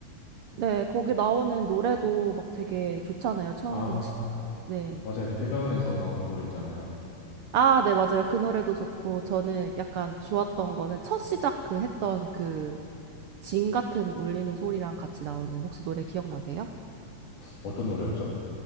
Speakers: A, on the right; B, on the left.
A: 네, 거기 나오는 노래도 막 되게 좋잖아요. 처음
B: 아,
A: 막 시작한. 네.
B: 맞아요. 그 해변에서 나오는 노래 있잖아요.
A: 아, 네, 맞아요. 그 노래도 좋고, 저는 약간 좋았던 거는 첫 시작 그 했던 그 징 같은 울리는 소리랑 같이 나오는 혹시 노래 기억나세요?
B: 어떤 노래였죠?